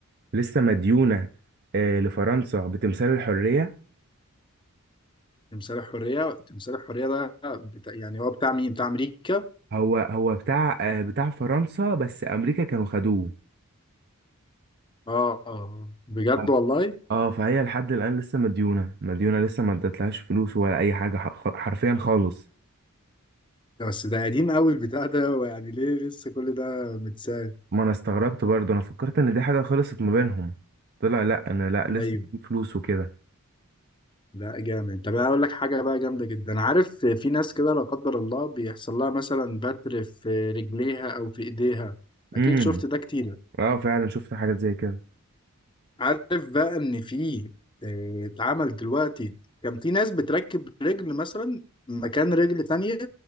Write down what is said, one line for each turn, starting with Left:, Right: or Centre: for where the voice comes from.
Right: لسه مديونة آه، لفرنسا بتمثال الحرية
Left: تمثال الحرية تمثال الحرية ده بتاع يعني هو بتاع مين بتاع أمريكا اه
Right: هو هو بتاع آه، بتاع فرنسا بس أمريكا كانوا خدوه
Left: آه، آه. بجد
Right: ف-
Left: والله
Right: اه فهي لحد الآن لسه مديونة مديونة لسه ما ادتلهاش فلوس ولا أي حاجة ح- حرفيا خالص
Left: ده بس ده قديم قوي البتاع ده هو يعني ليه لسه كل ده متساب
Right: ما أنا استغربت برضو أنا فكرت إن دي حاجة خلصت ما بينهم طلع لأ أنا لأ لسه
Left: ايوه
Right: في فلوس وكده
Left: لا جامد طب انا اقول لك حاجه بقى جامده جدا عارف في ناس كده لا قدر الله بيحصل لها مثلا بتر في رجليها او في ايديها اكيد
Right: امم
Left: شفت ده كتير
Right: اه فعلا شفت حاجات زي كده
Left: عارف بقى ان في آه، اتعمل دلوقتي كان في ناس بتركب رجل مثلا مكان رجل تانية